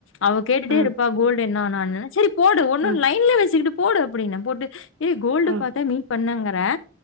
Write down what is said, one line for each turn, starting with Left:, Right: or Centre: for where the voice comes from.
Left: அவ கேட்டுட்டே
Right: ம்
Left: இருப்பா கோல்டு என்னா ஆனானு செரி போடு ஒன்னு
Right: ம்
Left: லைன்லே வெச்சிக்கிட்டு போடு அப்புடின்ன போட்டு ஏ கோல்டு
Right: ம்
Left: பாத்தா மீட் பண்ணங்கற